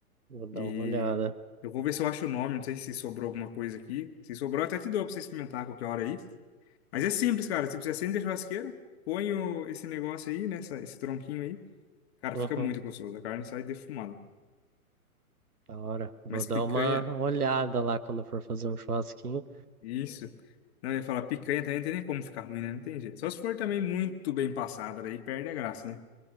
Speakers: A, on the right; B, on the left.
A: Vou dar
B: E...
A: uma olhada.
B: Eu vou ver se eu acho o nome. Não sei se sobrou alguma coisa aqui. Se sobrou, eu até te dou pra você experimentar a qualquer hora aí. Mas é simples, cara. Tipo, você acende a churrasqueira, põe o, esse negócio aí, né? essa- esse tronquinho aí. Cara,
A: Uhum,
B: fica muito gostoso. A carne sai defumada.
A: da hora. Vou
B: Mas
A: dar
B: picanha,
A: uma olhada lá quando for fazer um churrasquinho.
B: isso. Não, eu ia falar, picanha também não tem nem como ficar ruim, né? Não tem jeito. Só se for também muito bem passada, daí perde a graça, né?